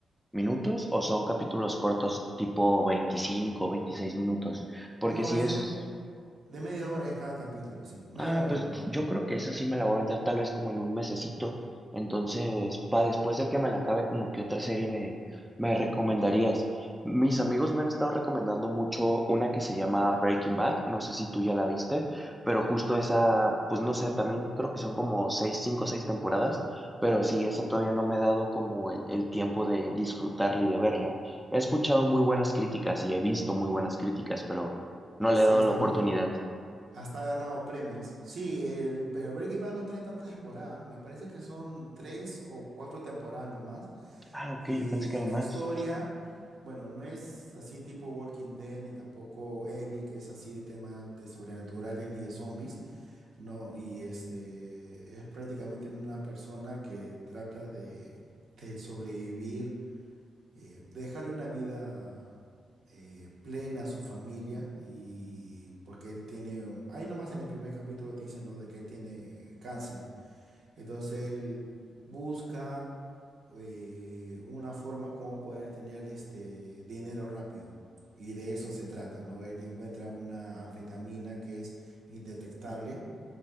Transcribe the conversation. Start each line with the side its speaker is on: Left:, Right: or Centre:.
Centre: minutos o son capítulos cortos tipo 25 26 minutos? Porque
Right: No,
Centre: si
Right: es
Centre: es
Right: de, de media hora es cada capítulo, sí, media
Centre: Ah,
Right: hora
Centre: pues
Right: nomás.
Centre: yo creo que esa sí me la voy a aventar tal vez como en un mesecito. Entonces, para después de que me la acabe, como que otra serie me, me recomendarías. Mis amigos me han estado recomendando mucho una que se llama Breaking Bad. No sé si tú ya la viste, pero justo esa, pues no sé, también creo que son como seis, cinco, o seis temporadas, pero sí, esa todavía no me he dado como el, el tiempo de disfrutarla y de verla. He escuchado muy buenas críticas y he visto muy buenas críticas, pero no le
Right: Sí,
Centre: he dado
Right: ya están,
Centre: la oportunidad.
Right: Hasta ha ganado premios. Sí, el, pero Breaking Bad no tiene tantas temporadas. Me parece que son tres o cuatro temporadas nomás.
Centre: Ah, ok,
Right: Y
Centre: yo pensé que eran
Right: la
Centre: más.
Right: historia, bueno, no es así tipo Walking Dead, ni tampoco Evil, que es así de temas de sobrenaturales ni de zombies. No, y este es prácticamente una persona que trata de, de sobrevivir eh, déjale una vida eh, plena a su familia y porque él tiene, ahí nomás en el primer capítulo te dicen, ¿no? De que él tiene cáncer. Entonces él busca eh, una forma como poder tener este dinero rápido. Y de eso se trata, ¿no? Él encuentra una anfetamina que es indetectable